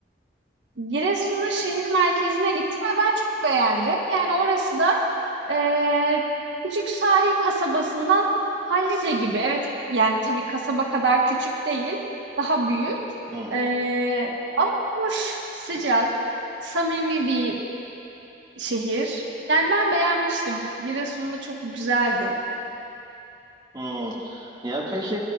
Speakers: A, on the right (about 80°); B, on the right (about 25°).
A: Giresun'un şehir merkezine gittim ve ben çok beğendim. Yani orası da eee, küçük sahil kasabasından hallice gibi. Evet yani tabii kasaba kadar küçük değil, daha büyük.
B: Hı hı.
A: Eee, ama hoş, sıcak, samimi bir şehir. Yani ben beğenmiştim. Giresun'da çok güzeldi.
B: Hmm. Ya peki